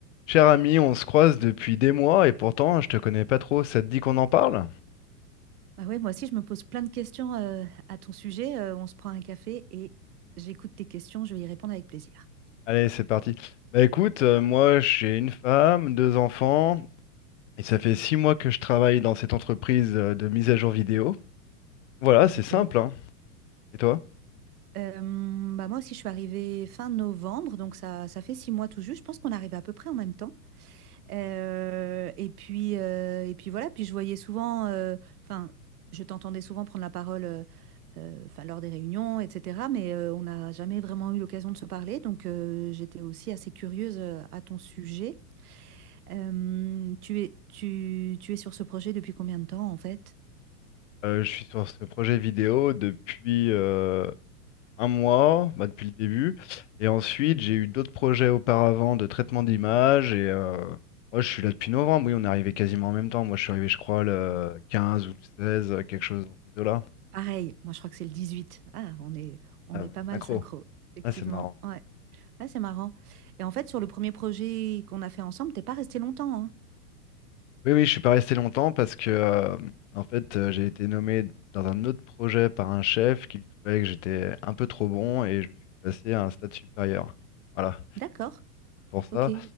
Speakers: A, on the left (about 50°); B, on the right (about 70°).
A: Cher ami, on se croise depuis des mois et pourtant je te connais pas trop. Ça te dit qu'on en parle?
B: Bah ouais, moi aussi, je me pose plein de questions euh, à ton sujet. Euh, on se prend un café et j'écoute tes questions. Je vais y répondre avec plaisir.
A: Allez, c'est parti. Bah écoute, euh, moi j'ai une femme, deux enfants, et ça fait six mois que je travaille dans cette entreprise euh, de mise à jour vidéo. Voilà, c'est
B: Ok.
A: simple, hein. Et toi?
B: Euh, bah moi aussi, je suis arrivée fin novembre, donc ça, ça fait six mois tout juste. Je pense qu'on arrive à peu près en même temps. Euh, et puis, euh, et puis voilà. Puis je voyais souvent, euh, enfin, je t'entendais souvent prendre la parole, euh, euh, enfin, lors des réunions, etc. Mais euh, on n'a jamais vraiment eu l'occasion de se parler, donc euh, j'étais aussi assez curieuse euh, à ton sujet. Euh, tu es, tu, tu es sur ce projet depuis combien de temps en fait?
A: Euh, je suis sur ce projet vidéo depuis euh, un mois, bah, depuis le début. Et ensuite, j'ai eu d'autres projets auparavant de traitement d'image. Et euh, moi, je suis là depuis novembre. Oui, on est arrivé quasiment en même temps. Moi, je suis arrivé, je crois, le 15 ou le seize euh, quelque chose dans ces eaux-là.
B: Pareil, moi je crois que c'est le dix-huit. Ah, on est, on
A: Ah, on
B: est pas
A: est
B: mal
A: synchro.
B: synchro, effectivement.
A: Ah, c'est marrant.
B: Ouais, ouais, c'est marrant. Et en fait, sur le premier projet qu'on a fait ensemble, t'es pas resté longtemps, hein?
A: Oui, oui, je suis pas resté longtemps parce que, euh, en fait, euh, j'ai été nommé dans un autre projet par un chef qui trouvait que j'étais un peu trop bon et je suis passé à un stade supérieur. Voilà,
B: D'accord,
A: c'est pour ça.
B: ok.